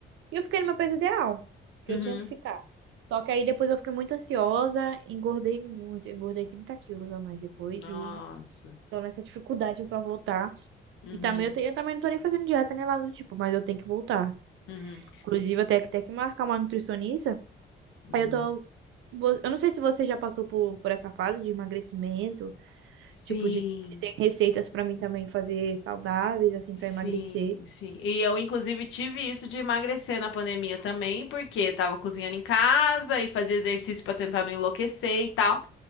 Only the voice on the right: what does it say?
E eu fiquei no meu peso ideal, que
eu tinha que ficar. Só que aí depois eu fiquei muito ansiosa, engordei muito, Eu engordei 30 quilos a mais depois
e tô nessa dificuldade pra voltar.
E também eu, te- eu também não tô nem fazendo dieta nem nada do tipo, mas eu tenho que voltar.
Inclusive, até que ter que marcar uma nutricionista.
Aí eu tô. vo- Eu não sei se você já passou por, por essa fase de emagrecimento
Tipo, de se tem receitas pra mim também fazer saudáveis, assim,
pra emagrecer.